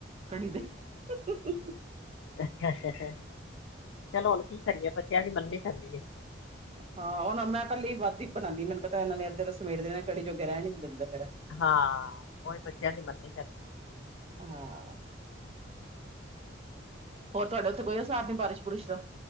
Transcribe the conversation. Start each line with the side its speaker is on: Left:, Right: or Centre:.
Right: ਕੜੀ ਦੇ ਹੁ ਹੁ ਹੀ ਹੀ
Left: ਅ ਅ ਅ ਚਲੋ ਹੁਣ ਕੀ ਕਰੀਏ ਬੱਚਿਆਂ ਦੀ ਮੰਨਣੀ ਪੈਂਦੀ ਏ।
Right: ਹਾਂ ਉਹ ਮੈਂ ਪਹਿਲੀ ਈ ਵੱਧ ਈ ਬਣਾਦੀ ਮੈਨੂੰ ਪਤਾ ਇਹ ਨੇ ਅੱਧੇ ਸਮੇਟ ਦੇ ਕੜੀ ਜੋਗੇ ਰਹਿਣ ਨੀ ਦਿੰਦੇ ਫ
Left: ਹਾਂ, ਉਹੀ ਬੱਚਿਆਂ ਦੀ ਮੰਨਨੀ ਪੇ
Right: ਹਾਂ, ਹੋਰ ਤੁਹਾਡਾ ਉੱਥੇ ਕੋਈ ਹਿਸਾਬ ਨੀ ਬਾਰਿਸ਼- ਬੁਰਿਸ਼ ਦਾ